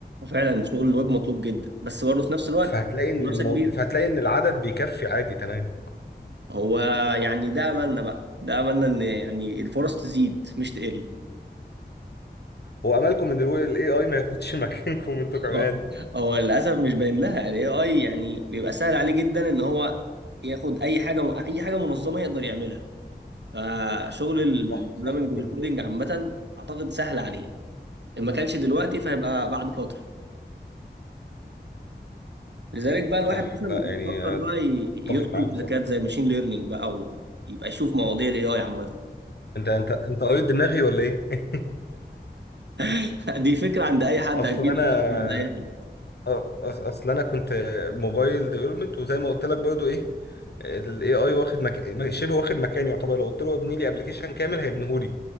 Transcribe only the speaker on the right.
فعلا شغل الويب مطلوب جدا بس برضه في نفس الوقت
منافسه
كبيره
هو يعني ده املنا بقى ده املنا ان يعني الفرص تزيد مش تقل
هو هو للاسف مش باين لها الاي اي يعني بيبقى سهل عليه جدا ان هو ياخد اي حاجه اي حاجه منظمه يقدر يعملها فشغل البروجرامنج
والكودينج عامة أعتقد سهل عليه إن ما كانش دلوقتي فهيبقى بعد فترة لذلك بقى الواحد
مثلا
بيفكر
بقى ي-
يدخل
تركات زي الماشين ليرنينج بقى أو يبقى يشوف مواضيع الاي اي عامة
<laughs> دي فكرة عند أي حد
أكيد
فكرة عند أي حد